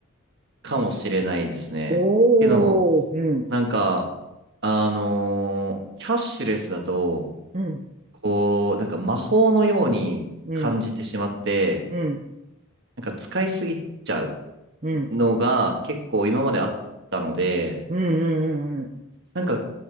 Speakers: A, on the right; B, on the right.
A: かもしれないですね。
B: おー、
A: けども、
B: うん、
A: なんか、あのーキャッシュレスだと、
B: うん、
A: こう、なんか魔法のように感じてしまって、
B: うん、うん、
A: なんか使いすぎちゃう。
B: うん、
A: のが結構今まであったので、
B: うん、うん、うん、うん
A: なんか